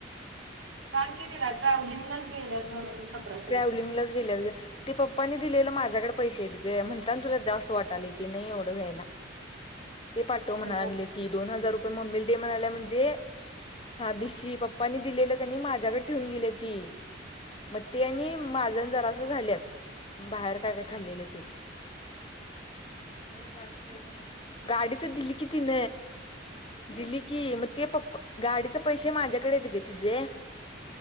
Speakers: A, on the right; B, on the left.
A: सांग की तिला ट्रॅव्हलिंगलाच गेल्या म्हणून, सतराशे
B: ट्रॅव्हलिंगलाच
A: रुपये
B: गेल्यात ग ते प् पप्पानी दिलेलं माझ्याकडे पैसेेत ग म्हणता तुला जास्त वाटाले ते नाही एवढं व्हायला. ते पाठव म्हणा
A: हॅलो
B: लागली ती दोन हजार रुपये मम्मीला ते म्हणाल्या म्हणजे? हा बिशी पप्पानी दिलेलं का नी माझ्याकडे ठेऊून गेली ती म ते आणि माजन जरास झाल्यात बाहेर काय काय खाल्लेलं ते. <unintelligible> गाडीच दिली कि तिन. दिली की मग ते पप्पा गाडीचे पैसे माझ्याकडे येत ग तिझे.